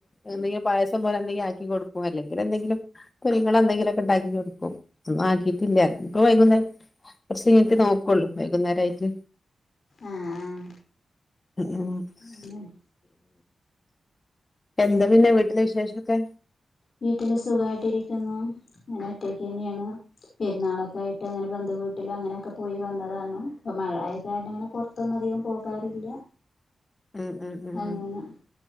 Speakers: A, on the left; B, on the left.
A: എന്തെങ്കിലു പായസം പോലെ എന്തെങ്കില ആക്കി കൊടുക്കും അല്ലെങ്കിലെ എന്തെങ്കിലും പൊരിക ളൊ എന്തെങ്കിലൊക്കെ ഇണ്ടാക്കി കൊടുക്കും. ഒന്നും ആക്കീട്ടില്ല. ഇപ്പ വൈകുന്നേരം കൊറ്ച്ച് യ്ഞ്ട്ട് നോക്കൊള്ളൂ വൈകുന്നേരായിട്ട്.
B: ആഹ് ആഹ്
A: ഉം
B: അങ്ങനെ
A: <unintelligible> എന്താ പിന്നെ വീട്ടിലെ വിശേഷൊക്കെ
B: വീട്ടില് സുഖായിട്ട് ഇരിക്കുന്നു അങ്ങനെ ഒറ്റയ്ക്കെന്നേ ആണ് പെരുന്നാളൊക്കെ ക്കെആയിട്ട് അങ്ങനെ ബന്ധു വീട്ട് ട്ടിലും അങ്ങനെ ഒക്കെ പോയി വന്നതാണ്. ഇപ്പൊ മഴ ആയ കാരണം അങ്ങനെ പൊറത്തൊന്നും അധികം പോകാറില്ല.
A: ഉം ഉം ഉം
B: അങ്ങനെ